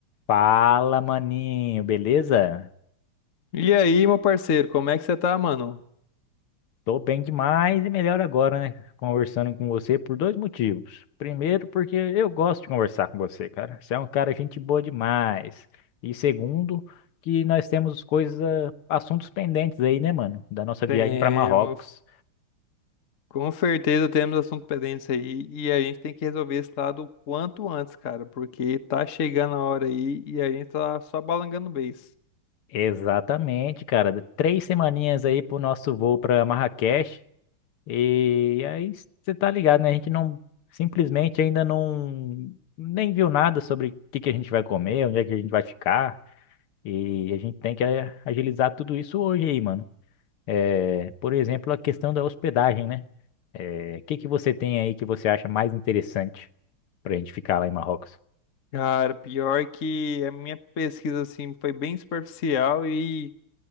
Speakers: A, on the left; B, on the left.
A: Fala, maninho, beleza?
B: E aí, meu parceiro, como é que você tá, mano?
A: Tô bem demais e melhor agora, né? Conversando com você por dois motivos. Primeiro, porque eu gosto de conversar com você, cara. Você é um cara gente boa demais. E segundo, que nós temos coisas, ah, assuntos pendentes aí, né, mano? Da nossa
B: Temos,
A: viagem para Marrocos.
B: com certeza temos assunto pendente aí e a gente tem que resolver esse lado o quanto antes, cara, porque tá chegando a hora aí e a gente tá só balangando o beiço.
A: Exatamente, cara. Três semaninhas aí pro nosso voo para Marrakech. E aí você tá ligado, né? A gente não simplesmente ainda não nem viu nada sobre o que que a gente vai comer, onde é que a gente vai ficar. E a gente tem que eh, agilizar tudo isso hoje aí, mano. É, por exemplo, a questão da hospedagem, né? É, o que que você tem aí que você acha mais interessante pra gente ficar lá em Marrocos?
B: Cara, pior que a minha pesquisa, assim, foi bem superficial e